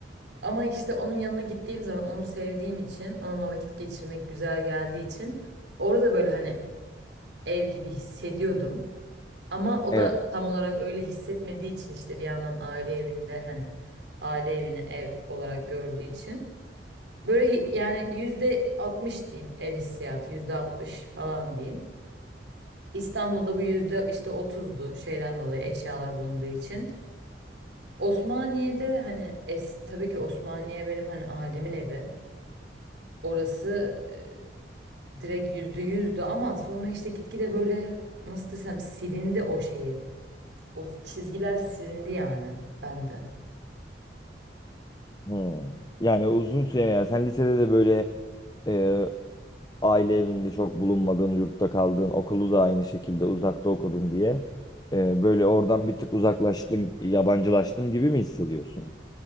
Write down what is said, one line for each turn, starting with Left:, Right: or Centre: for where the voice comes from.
Right: ama işte onun yanına gittiğim zaman onu sevdiğim için, onunla vakit geçirmek güzel geldiği için orada böyle hani ev gibi hissediyordum. Ama o
Left: Evet.
Right: da tam olarak öyle hissetmediği için işte bir yandan aile evinde hani aile evini ev olarak gördüğü için Böyle yani yüzde 60 diyeyim ev hissiyatı yüzde 60 falan diyeyim. İstanbul'da bu yüzde işte otuzdu şeyden dolayı eşyalar bulunduğu için. Osmaniye'de hani es, tabii ki Osmaniye benim hani ailemin evi. Orası e, direkt yüzde yüzdü ama sonra işte gitgide böyle nasıl desem silindi o şeyi. O çizgiler silindi yani bende.
Left: Hmm. Yani uzun süre yani sen lisede de böyle e, aile evinde çok bulunmadın, yurtta kaldın, okulu da aynı şekilde uzakta okudun diye e, böyle oradan bir tık uzaklaştım, yabancılaştım gibi mi hissediyorsun?